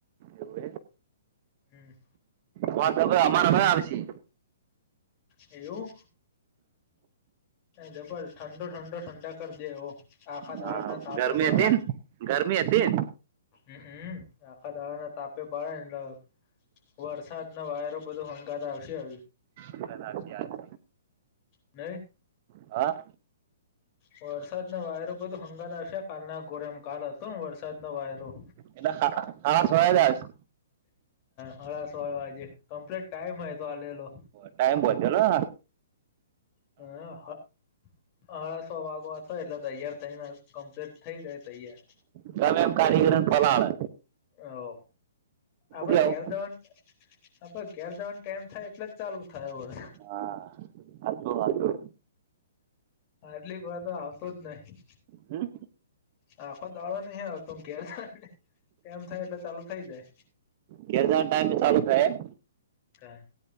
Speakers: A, on the right (about 35°); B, on the left (about 25°).
A: એવું
B: હમ.
A: વાત હવે અમાર હવે આવશે.
B: એવું? જબર ઠંડો ઠંડો ઠંડા કરી દે એવો, આખા દાડા
A: હા
B: ના તાપે
A: ગરમી
B: બળે?
A: હતી ને ગરમી હતી
B: હમ હમ આખા દાડાના તાપે બળે ન એટલ વરસાદન, વાયરો બધો હંગાથ આવશે.
A: તન <unintelligible>
B: નહિ?
A: હા
B: વરસાદન વાયરો બધો હંગાથ આવશે, કાલના ગોરેમ, કાલ હતોને, વરસાદનો વાયરો?
A: એટલે હાડા હાડા છ એ જ આવસે
B: હાડા સોય વાગે, કમ્પ્લીટ ટાઈમ એ તો આલેલો
A: ટાઈમ બાંધેલો?
B: હમ હ હાડા સો વાગવા થાય એટલે તૈયાર થઈને, કમ્પ્લીટ થઇ જાય તૈયાર.
A: ગમે એમ કારીગરોને પલાડે
B: હો, આપે
A: કેવું
B: કેર દોન આપે ઘેર જવાન ટેમ થાય એટલે જ ચાલુ થાય એવો રે!
A: હા હાચું હાચું
B: આટલીક વાર તો આવતો જ નહીં.
A: હમ?
B: આખો દાડો નહીં આવતો ને ઘેર જવાન ટાઇમ એમ થાય એટલે ચાલુ થઇ જાય.
A: ઘેર જવાન ટાઈમે ચાલુ થાય, એમ?
B: કાય